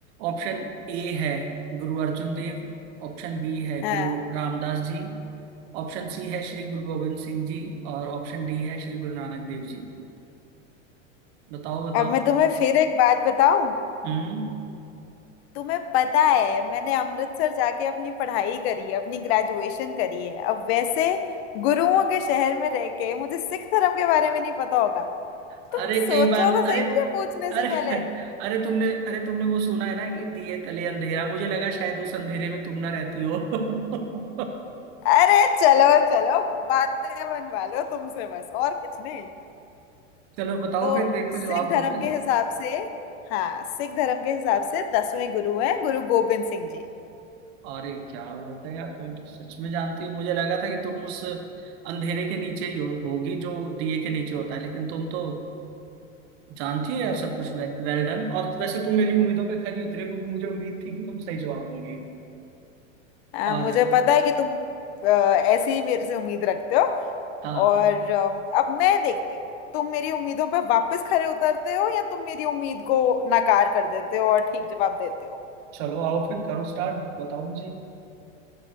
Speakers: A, on the right; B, on the left.
A: ऑप्शन ए है गुरु अर्जुन देव ऑप्शन बी है
B: हाँ
A: गुरु रामदास जी ऑप्शन सी है श्री गुरु गोविंद सिंह जी और ऑप्शन डी है श्री गुरु नानक देव जी बताओ बताओ
B: अब मैं तुम्हें फिर एक बात बताऊं
A: हम्म
B: तुम्हें पता है मैंने अमृतसर जाके अपनी पढ़ाई करी है अपनी ग्रेजुएशन करी है अब वैसे गुरुओं के शहर में रह के मुझे सिख धर्म के बारे में नहीं पता होगा
A: अरे
B: तुम सोचो
A: कई बार
B: तो
A: अरे
B: सही मुझे पूछने से
A: अरे
B: पहले
A: अरे तुमने अरे तुमने वो सुना है ना कि दिए तले अंधेरा मुझे लगा शायद उस अंधेरे में तुम ना रहती हो <laughs>
B: अरे चलो चलो बातें बनवा लो तुमसे बस और कुछ नहीं
A: चलो बताओ
B: तो
A: फिर देखो
B: सिख
A: जवाब दो
B: धर्म
A: पहले
B: के हिसाब से हाँ सिख धर्म के हिसाब से दसवें गुरु हैं गुरु गोबिंद सिंह जी
A: अरे क्या बात है यार तुम तो सच में जानती हो मुझे लगा था कि तुम उस अंधेरे के नीचे ही हो, होगी जो दिए के नीचे होता है लेकिन तुम तो जानती हो यार सब कुछ वेल, Well done और वैसे तुम मेरी उम्मीदों पे खरी उतरे क्योंकि मुझे उम्मीद थी कि तुम सही जवाब दोगी
B: हाँ,
A: और
B: मुझे पता है कि तुम अ, ऐसे ही मेरे से उम्मीद रखते हो
A: हाँ
B: और अ, अब मैं देखती हूँ तुम मेरी उम्मीदों पर वापस खरे उतरते हो या तुम मेरी उम्मीद को नाकार कर देते हो और ठीक जवाब देते हो
A: चलो आओ फिर करो स्टार्ट बताओ मुझे